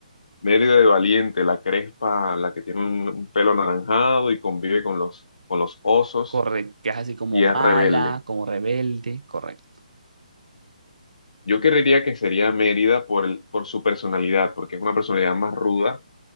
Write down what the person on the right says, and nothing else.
correcto, que es así como
mala,
como rebelde, correcto.